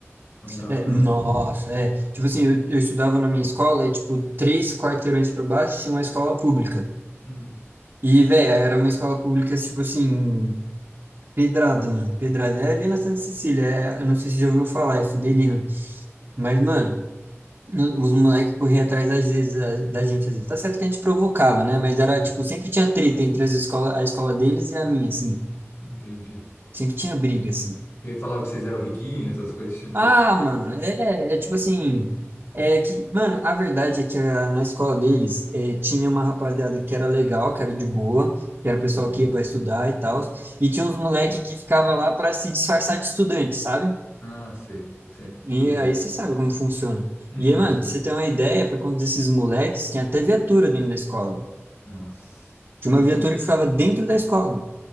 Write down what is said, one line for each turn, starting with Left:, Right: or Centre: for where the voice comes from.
Left: Não dava,
Right: É,
Left: não.
Right: nossa, é. Tipo assim, eu, eu estudava na minha escola, é tipo três quarteirões pra baixo tinha uma escola pública.
Left: Hum,
Right: E, velho, era uma escola pública, tipo assim, pedrada, mano. Pedrada. É ali na Santa Cecília, é, eu não sei se você já ouviu falar, é Fidelina. Mas, mano, os moleques corriam atrás às vezes, a- da gente, às vezes. Tá certo que a gente provocava, né? Mas era,
Left: hum,
Right: tipo, sempre tinha treta entre as escola, a escola deles e a minha, assim.
Left: entendi.
Right: Sempre tinha briga, assim.
Left: Que falava que vocês eram riquinhos, essas coisas, tipo.
Right: Ah, mano, é, é tipo assim, é que, mano, a verdade é que a- na escola deles é, tinha uma rapaziada que era legal, que era de boa, que era
Left: Hum.
Right: o pessoal que ia pra estudar e tal, e tinha uns moleque que ficava lá pra se disfarçar de estudante, sabe?
Left: Ah, sei, sei,
Right: E
Left: tô ligado.
Right: aí você sabe como funciona.
Left: Uhum.
Right: E aí, mano, pra você ter uma ideia, por conta desses moleques, tinha até viatura dentro da escola.
Left: Nossa.
Right: Tinha
Left: É,
Right: uma
Left: com...
Right: viatura que ficava dentro da escola.